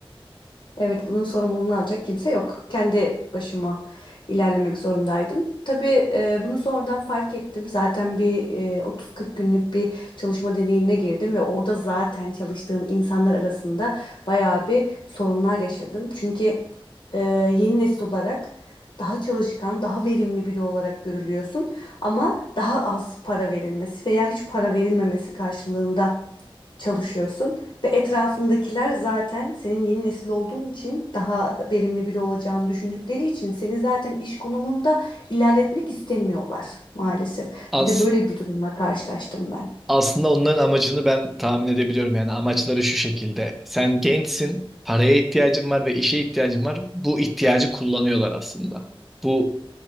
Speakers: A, on the left; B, in the centre.
A: Evet, bunun sorumluluğunu alacak kimse yok. Kendi başıma ilerlemek zorundaydım. Tabii e, bunu sonradan fark ettim. Zaten bir e, 30-40 günlük bir çalışma deneyimine girdim ve orada zaten çalıştığım insanlar arasında bayağı bir sorunlar yaşadım. Çünkü e, yeni nesil olarak daha çalışkan, daha verimli biri olarak görülüyorsun ama daha az para verilmesi veya hiç para verilmemesi karşılığında çalışıyorsun ve etrafındakiler zaten senin yeni nesil olduğun için daha verimli biri olacağını düşündükleri için seni zaten iş konumunda ilerletmek istemiyorlar maalesef.
B: As
A: Bir de böyle bir durumla karşılaştım ben.
B: Aslında onların amacını ben tahmin edebiliyorum. Yani amaçları şu şekilde. Sen gençsin, paraya ihtiyacın var ve işe ihtiyacın var. Bu ihtiyacı kullanıyorlar aslında. Bu